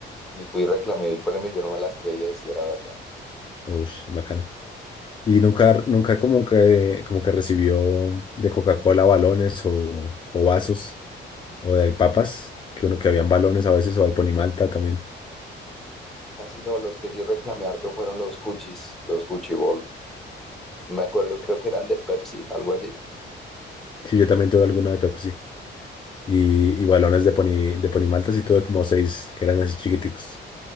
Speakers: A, in the centre; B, on the left.
A: y fui y reclamé el premio, yo no me las creía y si era verdad.
B: Uy, bacano. Y nunca, nunca como que, como que recibió de Coca-Cola balones o, o vasos. O de papas, que uno que habían balones a veces, o de Ponimalta también.
A: Casi no, los que sí reclamé harto fueron los Fuchis, los Fuchibol. Me acuerdo, creo que eran de Pepsi, algo así.
B: Sí, yo también tuve alguna de Pepsi. Y, y balones de Poni, de Ponimalta sí tuve como seis, que eran así chiquiticos.